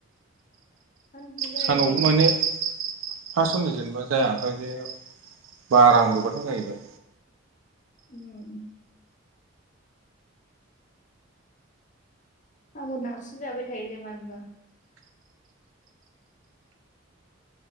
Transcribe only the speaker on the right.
सानावबो माने फास सननि जेन जाया ओमफ्राय बे बारा उन्दुबाथाय जायो।